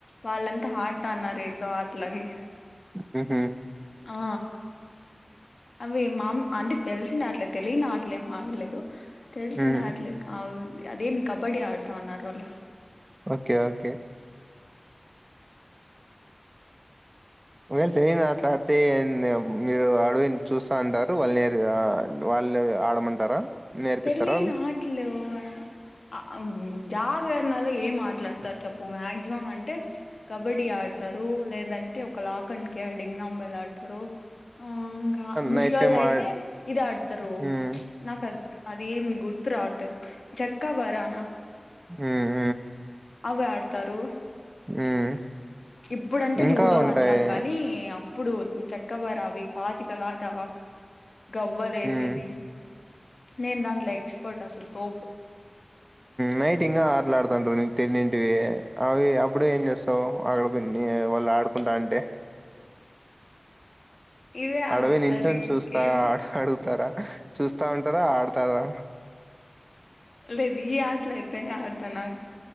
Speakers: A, on the left (about 70°); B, on the right (about 30°).
A: వాళ్ళంతా హట్ అన్నారు ఎందో ఆట్లాని
B: హుహు.
A: ఆ అవి మామ్ అంటే తెలిసిన ఆటలే తెలియని ఆటలేం ఆడలేదు తెల్సిన
B: హ్మ్.
A: ఆటలే అవి అదేం కబడ్డీ ఆడుతనారు వాళ్ళు
B: ఓకే. ఓకే. ఒకవేళ తెలియని ఆటలు ఆడితే మీరు అడువి చూస్తా అంటారు వాళ్ళు నేరుగా వాళ్ళు ఆడమంటారా నేర్పిస్తారా
A: పెళ్లి
B: వాళ్ళు
A: నాట్లు అ జాగరణలో ఏం మాట్లాడతారు చెప్పు మాక్సిమం అంటే కబడ్డీ ఆడతారు లేదంటే ఒక లాక్ అండ్ కేర్ డింగ్నాంబలు ఆడతారు ఇంకా ముసలోళ్ళు
B: నైట్ టైమ్
A: అయితే
B: ఆ
A: ఇది ఆడతారు
B: హ్మ్.
A: నా కది అదెం గు గుర్తు రావట్లేదు చెక్క బరాన
B: ఉ
A: అవి ఆడతారు
B: హ్మ్.
A: ఇప్పుడంటే
B: ఇంకా
A: లూడో
B: ఉంటాయి.
A: అంటాం గానీ ఇప్పుడు చక్కవరా అవి పాచికల కావచ్చు గవ్వలేసేది
B: హ్మ్.
A: నేను దాంట్ల ఎక్స్పర్ట్ అసలు తోపు
B: నైట్ ఇంగా ఆటలు ఆడుతంటరు నీకు తెన్నింటివి అవి అప్పుడు ఏం చేస్తావు అక్కడ కొన్ని వాళ్ళు ఆడుకుంటా అంటే
A: ఇవే
B: అడవోయి
A: ఆడతారు
B: నిలుచొని
A: ఇంకేం
B: చూస్తా ఆట అడుగుతారా చూస్తా ఉంటారా ఆడతారా
A: లేదు ఈ ఆటలు అయితే ఆడతా నాకు